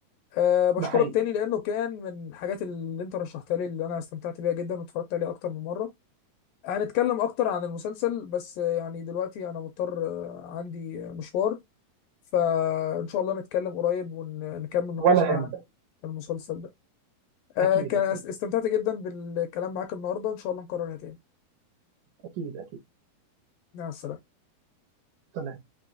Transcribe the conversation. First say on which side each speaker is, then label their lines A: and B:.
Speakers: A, on the left; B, on the right.
A: أه بشكرك
B: ده حقيقي
A: تاني لأنه كان من الحاجات اللي أنت رشحتها لي اللي أنا استمتعت بيها جدا واتفرجت عليها أكتر من مرة هنتكلم أكتر عن المسلسل بس آه، يعني دلوقتي أنا مضطر آه، عندي آه، مشوار فإن شاء الله نتكلم قريب ونكمل نقاشنا
B: ولا يهمك
A: عن المسلسل ده أه
B: اكيد
A: كان
B: اكيد
A: است- استمتعت جدا بالكلام معاك النهاردة إن شاء الله نكررها تاني
B: اكيد اكيد
A: مع السلامة
B: سلام